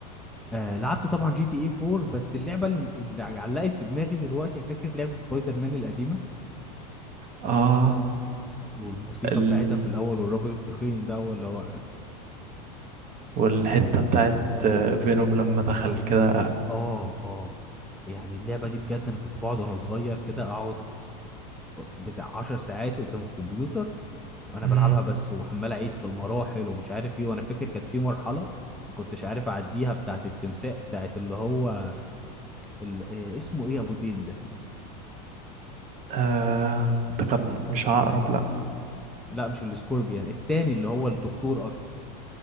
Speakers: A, in the centre; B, on the right (about 40°).
A: آه لعبت طبعا جي تي اي 4 بس اللعبه اللي, اللي علقت في دماغي دلوقتي فاكر لعبه سبايدر مان القديمه
B: اه
A: والموسيقى
B: ال...
A: بتاعتها في الاول والراجل التخين ده ولا هو
B: والحته بتاعت آه، فينوم لما دخل كده
A: اه اه يعني اللعبه دي بجد انا كنت بقعد وانا صغير كده اقعد بتاع 10 ساعات قدام الكمبيوتر انا
B: امم
A: بلعبها بس وعمال اعيد في المراحل ومش عارف ايه وانا فاكر كانت في مرحله ما كنتش عارف اعديها بتاعت التمساح بتاعت اللي هو ال... آه، اسمه ايه ابو ديل
B: آه ده كان مش عقرب لا
A: لا مش السكوربيان التاني اللي هو الدكتور اصلا